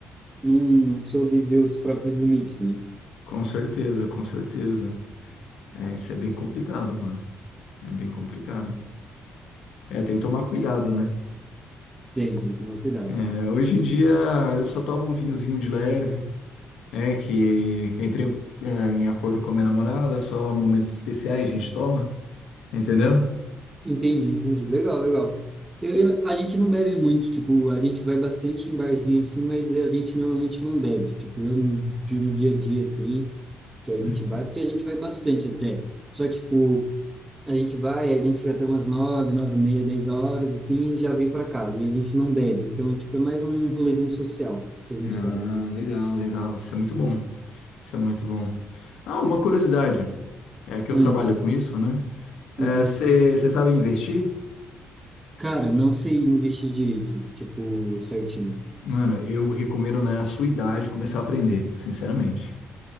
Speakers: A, on the right; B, on the left.
A: não soube ver os próprios limites, né?
B: Com certeza, com certeza. É, isso é bem complicado, mano. É bem complicado. É, tem que tomar cuidado, né?
A: Tem, tem que tomar cuidado.
B: É, hoje em dia eu só tomo vinhozinho de leve, né? Que que entrei, é, em acordo com a minha namorada, só momentos especiais a gente toma, entendeu?
A: Entendi, entendi. Legal, legal. Eu, a gente não bebe muito, tipo, a gente vai bastante em barzinho assim, mas a gente normalmente não bebe. Tipo, eu no de- no dia a dia assim, que a gente
B: É,
A: vai, porque a gente vai bastante até. Só que, tipo, a gente vai, a gente fica até umas nove, nove e meia, dez horas, assim, e já vem pra casa. E a gente não bebe. Então, tipo, é mais um rolezinho social que a gente
B: Ah,
A: faz.
B: legal, legal. Isso é muito bom. Isso é muito bom. Ah, uma curiosidade. É que
A: Hum,
B: eu trabalho com isso, né?
A: uhum.
B: Você sabe investir?
A: Cara, não sei investir direito, tipo, certinho.
B: Mano, eu recomendo na sua idade começar a aprender, sinceramente,